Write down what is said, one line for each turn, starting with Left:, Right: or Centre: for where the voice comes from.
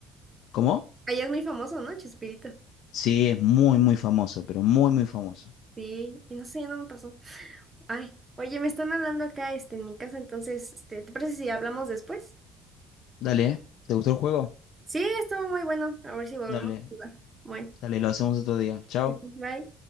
Left: ¿Cómo?
Right: Allá es muy famoso, ¿no? Chespirito.
Left: Sí, es muy, muy famoso, pero muy, muy famoso.
Right: Sí, y no sé, no me pasó. Ay, oye, me están hablando acá, este, en mi casa, entonces, este, ¿te parece si hablamos después?
Left: Dale, ¿eh? ¿Te gustó el juego?
Right: Sí, estuvo muy bueno. A ver si volvemos
Left: Dale,
Right: a jugar. Bueno,
Left: dale, lo hacemos otro día. Chao.
Right: <laughs> bye.